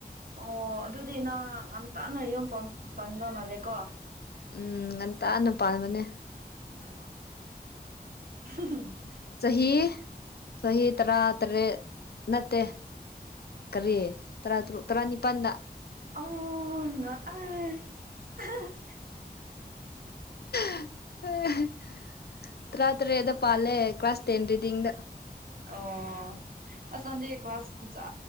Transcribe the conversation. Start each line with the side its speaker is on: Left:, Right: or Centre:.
Right: ꯑꯣ ꯑꯗꯨꯗꯤ ꯅꯪ ꯉꯥꯟꯇꯅ ꯌꯨꯝ ꯄꯟ ꯄꯟꯕ ꯃꯥꯜꯂꯦꯀꯣ
Left: ꯎꯝ ꯉꯟꯇꯥꯅ ꯄꯥꯟꯕꯅꯦ
Right: ꯑꯣ <unintelligible>
Left: ꯆꯍꯤ ꯆꯍꯤ ꯇꯔꯥ ꯇꯔꯦꯠ ꯅꯠꯇꯦ ꯀꯔꯤ ꯇꯔꯥ ꯇꯔꯨꯛ ꯇꯔꯥꯅꯤꯄꯥꯟꯗ
Right: ꯑꯥ ꯉꯛꯑꯦ <unintelligible>
Left: <unintelligible> ꯇꯔꯥ ꯇꯔꯦꯠꯗ ꯄꯥꯜꯂꯦ ꯀ꯭ꯂꯥꯁ ꯇꯦꯟꯗ ꯗꯤꯡꯗ
Right: ꯑꯣ ꯑꯁꯥ ꯅꯪꯗꯤ ꯀ꯭ꯂꯥꯁ ꯐꯖꯥ